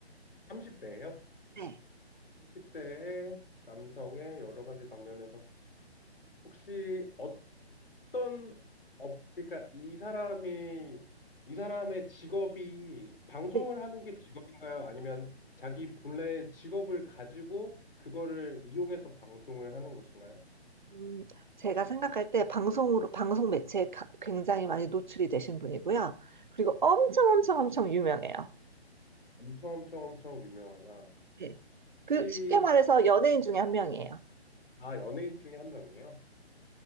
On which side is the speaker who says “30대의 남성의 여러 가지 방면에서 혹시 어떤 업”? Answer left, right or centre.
Left